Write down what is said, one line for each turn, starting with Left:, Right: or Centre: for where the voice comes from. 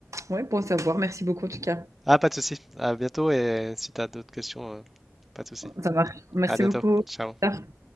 Right: ouais, bon à savoir. Merci beaucoup en tout cas.
Centre: Ah, pas de souci. À bientôt et si tu as d'autres questions, euh, pas de souci.
Right: Ça marche. Merci
Centre: À bientôt.
Right: beaucoup.
Centre: Ciao.
Right: À plus. tard.